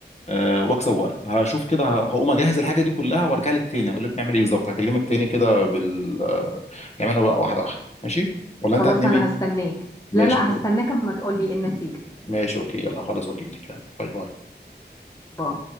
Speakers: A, on the left (about 40°); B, on the left (about 20°).
A: أه واكسب وقت هشوف كده ه- هقوم اجهز الحاجه دي كلها وارجع لك تاني اقول لك نعمل ايه بالظبط هكلمك تاني كده بال آه، نعملها بقى واحده واحده ماشي ولا انت
B: خلاص
A: هتنامي
B: انا هستناك
A: ماشي
B: لا لا
A: كويس.
B: هستناك اما تقولي
A: م-
B: ايه النتيجه
A: م- ماشي اوكي يلا خلاص واجيلك يلا باي باي
B: باي